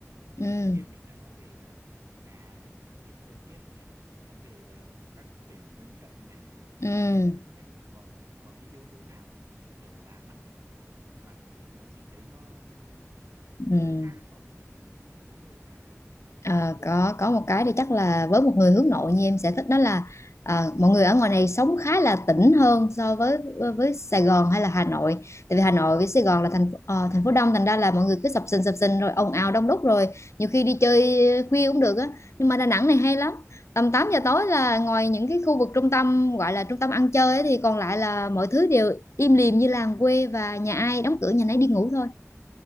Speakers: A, on the right; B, on the left.
A: thế
B: ừ
A: thì chị em mình đã nói về là nhà này nói về thời tiết này nói về là các tỉnh lân cận này
B: ừ
A: Thế thì không biết là còn còn cái yếu tố nào ở Đà Nẵng mà mà chị thấy nó nó
B: ừ
A: sẽ khác so với những những nơi khác không?
B: Ờ, có có một cái thì chắc là với một người hướng nội như em sẽ thích đó là ờ, mọi người ở ngoài này sống khá là tỉnh hơn so với với Sài Gòn hay là Hà Nội tại vì Hà Nội với Sài Gòn
A: Dạ vâng.
B: là thành ờ, thành phố đông thành ra là mọi người cứ sập sình sập sình rồi ồn ào đông đúc rồi nhiều khi đi chơi khuya cũng được á nhưng mà Đà Nẵng này hay lắm tầm 8 giờ tối là ngoài những cái khu vực trung tâm gọi là trung tâm ăn chơi ấy, thì còn lại là mọi thứ đều im lìm như làng quê và nhà ai đóng cửa nhà nấy đi ngủ thôi